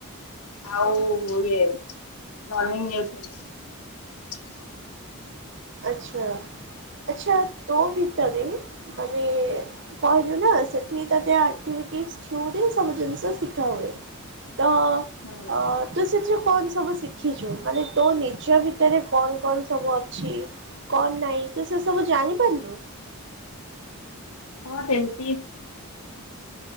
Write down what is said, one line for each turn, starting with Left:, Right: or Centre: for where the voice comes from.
Left: ଆଉ-ଉ-ଉ-ଉ ଇଏ <unintelligible> <unintelligible>
Right: ଆଚ୍ଛା। ଆଛା ତୋ ଭିତରେ ମାନେ-ଏ-ଏ-ଏ-ଏ କହିଲୁ ନା ସେଠି ତ ଆକ୍ଟି କି ଚୁଡ଼ି ସବୁ ଜିନିଷ ଶିଖା ହୁଏ ତ-ଅ-ଅ-ଅ
Left: ହୁଁ
Right: ଅ-ଅ-ଅ ତୁ ଶିଖି କଣ ସବୁ ଶିଖିଛୁ ମାନେ ତୋ ନିଜ ଭିତରେ କଣ କଣ ସବୁ ଅଛି କଣ ନାଇଁ ତୁ ସେ ସବୁ ଜାଣିପାରିଲୁ।
Left: ହଁ ସେମିତି।